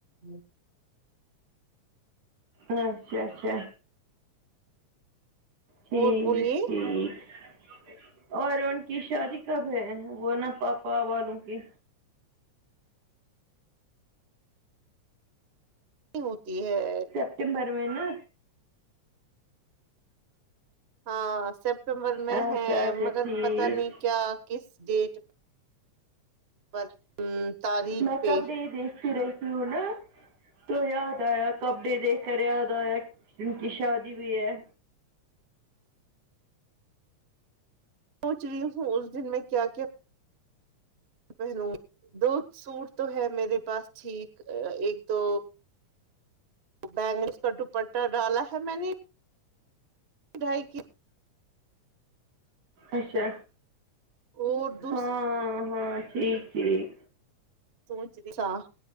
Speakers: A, on the right (about 45°); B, on the right (about 90°).
A: ہے
B: اچھا اچھا ٹھیک
A: اور بولیے
B: ٹھیک اور ان کی شادی کب ہے وہ نا پاپا والوں کی
A: ہوتی ہے
B: سپٹمبر میں نا
A: ہاں سپٹمبر میں
B: اچھا
A: ہے
B: اچھا
A: مگر
B: ٹھیک
A: پتہ نہیں کیا کس ڈیٹ پر تاریخ
B: میں
A: پہ
B: کپڑے ہی دیکھتی رہتی ہوں نا تو یاد آیا کپڑے دیکھ کر یاد آیا ان کی شادی بھی ہے
A: سوچ رہی ہوں اس دن میں کیا کیا پہنو دو سوٹ تو ہے میرے پاس ٹھیک ایک تو بینگلس کا دوپٹہ ڈالا ہے میں نے ڈھائی کی
B: اچھا
A: اور دوسری
B: ہاں ہاں ٹھیک ٹھیک
A: توچ بھیسا